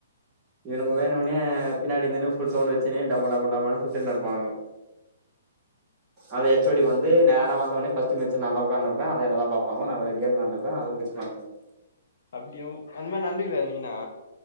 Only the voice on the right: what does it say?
இவனுங்க வேணும்னே பின்னாடிந்துனு ஃபுல் சவுண்ட் வச்சிகினே டம டம டமனு சுட்டுகினு இருப்பானுங்க அது ஹச் ஓ டி வந்து நேரா வந்த ஒன்னே பஸ்ட் சிம்மி வச்சிக்கினு நா அந்த பக்கம் உக்காந்திருப்பேன் அது என்ன தான் பாப்பாங்க நான் கேம் விளயானு இருப்பேன் அவுங்க புடிச்சிக்குவாங்க என்னய